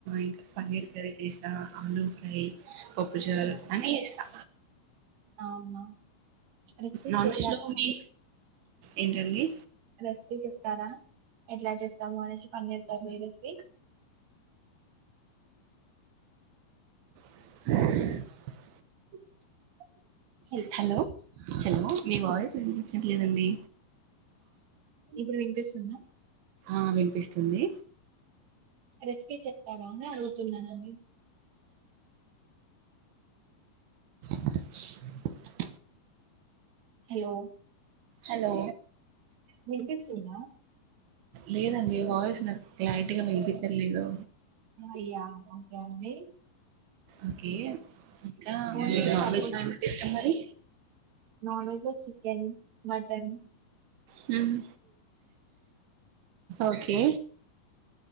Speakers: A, on the right; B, on the right.
A: ఇంకా పన్నీర్ కరీ చేస్ ఆలూ ఫ్రై పప్పుచారు అన్నీ చేస్తా
B: అవునా రెసిపీస్
A: నాన్
B: చెప్తారండి.
A: వెజ్ లో మీ ఏంటండి.
B: రెసిపీ చెప్తారా ఎట్లా చేస్తాము అనేసి పని చేస్త రెసిపీ.
A: <inaudible>
B: <inaudible>
A: హలో హలో మీ వాయిస్ వినిపించట్లేదండి.
B: ఇప్పుడు విన్ వినిపిస్తుంద.
A: ఆ వినిపిస్తుంది.
B: రెసిపీ చెప్తారా అనే అడుగుతున్నానండి.
A: <inaudible>
B: హలో
A: హలో
B: వినిపిస్తుందా.
A: లేదండి వాయిస్ లైట్ గా వినిపించట్లేదు.
B: అయ్యా అండి
A: ఓకే ఇంకా
B: ఓన్లీ
A: నాన్
B: పప్పు
A: వెజ్ లో ఏమంటే ఇష్టం మరి.
B: Non veg chicken mutton.
A: హ్మ్ ఓకే